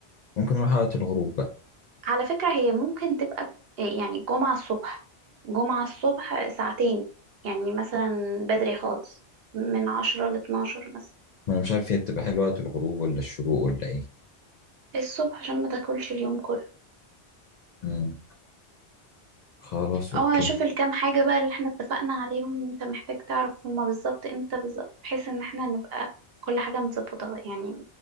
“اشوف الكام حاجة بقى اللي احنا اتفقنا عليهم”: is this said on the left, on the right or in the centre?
Right